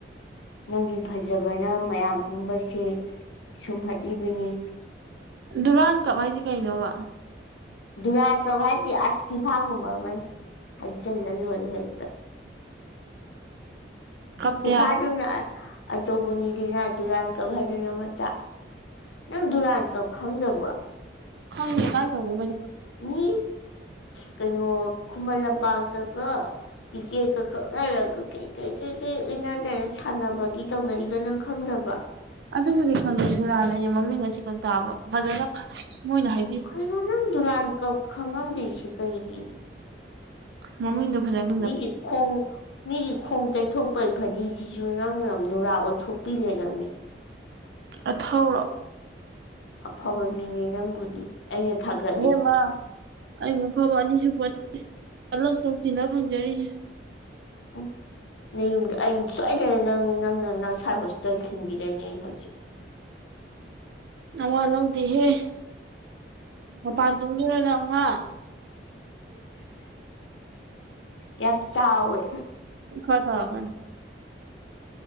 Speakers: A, on the left; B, on the right.
A: ꯅꯪꯒꯤ ꯐꯖꯕꯅ ꯃꯌꯥꯝ ꯄꯨꯝꯕꯁꯦ ꯁꯨꯝꯍꯠꯂꯤꯕꯅꯤ꯫
B: ꯗꯨꯔꯥꯟ ꯀꯞ ꯍꯥꯏꯁꯦ ꯀꯩꯅꯣꯕ
A: ꯗꯨꯔꯀ ꯍꯥꯏ ꯑꯁ ꯐꯤꯐꯥꯒꯨꯝꯕ ꯃꯖꯜ ꯂꯣ ꯍꯛꯇ
B: ꯀꯞꯇꯦ
A: ꯐ ꯐꯖꯅ
B: ꯍꯥꯏ
A: ꯑꯆꯧꯕꯅꯤꯗꯨꯅ ꯗꯨꯔꯥꯟ ꯀꯞ ꯍꯥꯏꯗꯨꯅ ꯃꯆꯥ ꯅꯪ ꯗꯨꯔꯥꯟ ꯀꯞ ꯈꯪꯗꯕ꯭ꯔꯣ
B: ꯍꯪꯦ ꯀꯥꯖꯧꯒꯦ ꯃ
A: ꯃꯤ ꯀꯩꯅꯩꯅꯣ ꯈꯨꯨꯃꯔ ꯂ ꯄꯥꯥꯛꯇ ꯀ ꯇꯤꯛꯀꯦꯠꯀ ꯀꯛꯅꯔꯒ ꯀꯔꯤ ꯀꯔꯤ ꯀꯔꯤ ꯀꯔꯤ ꯎꯟꯅꯗꯦꯅ ꯁꯥꯟꯅꯕꯒꯤ ꯇꯧꯅꯔꯤꯗꯣ ꯅꯪ ꯈꯪꯗꯕ꯭ꯔꯥ
B: ꯑꯗꯨꯕꯨꯗꯤ ꯈꯪꯉꯦ ꯁꯨꯔꯥꯅ ꯑꯩꯌꯦ ꯃꯃꯤꯡ ꯑꯁꯤ ꯈ ꯇꯥꯕ ꯐꯖꯅ ꯃꯣꯏꯅ ꯍꯥꯏ
A: ꯀꯩꯅꯣ ꯅꯪ ꯗꯨꯔꯥꯟ ꯈꯪꯉꯝꯗ꯭ꯔꯤꯁꯦ ꯀꯔꯤꯒꯤꯅꯣ
B: ꯃꯃꯤꯗ ꯐꯖꯪ
A: ꯅꯒꯤ ꯈꯣꯡ ꯃꯤꯒꯤ ꯈꯣꯡ ꯇꯩꯊꯣꯛꯄꯩ ꯐꯗꯤꯁꯤꯁꯨ ꯅꯪꯅ ꯅꯨꯔꯥ ꯑꯣꯏꯊꯣꯛꯄꯤ ꯂꯩꯔꯝꯃꯤ
B: ꯑꯊꯧꯊꯧꯔꯛ
A: ꯑꯐꯕ ꯃꯤꯅꯦ ꯅꯪꯕꯨꯗꯤ ꯑꯩꯅ ꯊꯥꯒꯠꯂꯤ
B: ꯏꯦꯝꯃ ꯑꯩꯃꯨꯛ ꯐꯕ ꯑꯅꯤꯁꯨꯄꯂ ꯁꯣꯛ ꯇꯤꯟꯅ ꯐꯪꯖꯔꯤꯁꯦ
A: ꯎꯝ ꯅ ꯌꯨꯝꯗ ꯑꯩꯅ ꯁꯣꯏꯗꯅ ꯅꯪ ꯅꯪꯅ ꯅꯁꯥꯏ ꯍꯣꯁꯄꯤꯇꯥꯜ ꯊꯤꯟꯕꯤꯔꯅꯤ ꯑ ꯍꯧꯖꯤꯛ
B: ꯅꯋꯥ ꯂꯧꯗꯦꯍꯦ ꯃꯄꯥꯟ ꯇꯨꯡꯉꯔꯣ ꯅ ꯑꯃ
A: ꯌꯥꯝ ꯆꯥꯎꯋꯦ
B: ꯈ ꯊ ꯈꯅ